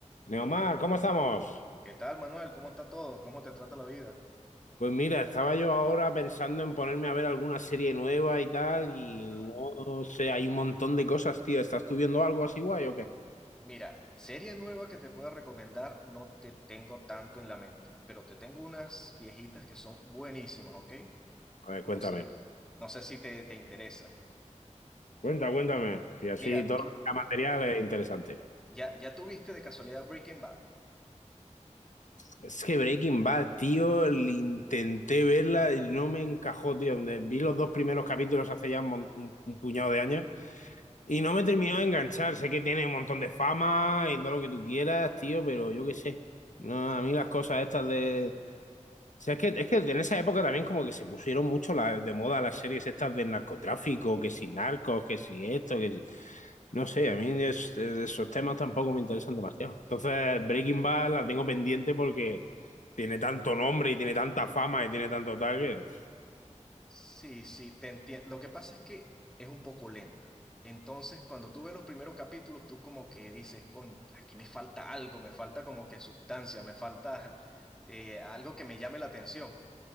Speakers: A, on the left; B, in the centre.
A: Neomar, ¿cómo estamos?
B: ¿Qué tal, Manuel? ¿Cómo está todo? ¿Cómo te trata la vida?
A: Pues mira, estaba yo ahora pensando en ponerme a ver alguna serie nueva y tal, y
B: Ajá.
A: no sé, hay un montón de cosas, tío. ¿Estás tú viendo algo así guay o qué?
B: Mira, serie nueva que te pueda recomendar no te tengo tanto en la mente, pero te tengo unas viejitas que son buenísimas, ¿ok?
A: A ver,
B: No
A: cuéntame.
B: Ok. sé, no sé si te, te interesa.
A: Cuenta, cuéntame. Si así
B: Mira,
A: todo
B: tú
A: el material es interesante.
B: ya, ya tuviste de casualidad Breaking Bad.
A: Es que Breaking Bad, tío, el- intenté verla y no me encajó, tío. De- Vi los dos primeros capítulos hace ya un, mon- un un puñado de años. Y no me terminó de enganchar. Sé que tiene un montón de fama y todo lo que tú quieras, tío, pero yo qué sé. No, a mí las cosas estas de. O sea, es que, es que en esa época también como que se pusieron mucho la- de moda las series estas del narcotráfico, que si narcos, que si esto, que si... No sé, a mí es- de esos temas tampoco me interesan demasiado. Entonces, Breaking Bad la tengo pendiente porque tiene tanto nombre y tiene tanta fama y tiene tanto tal que...
B: Sí, sí, te entiendo. Lo que pasa es que es un poco lenta. Entonces, cuando tú ves los primeros capítulos, tú como que dices, coño, aquí me falta algo, me falta como que sustancia, me falta eh, algo que me llame la atención.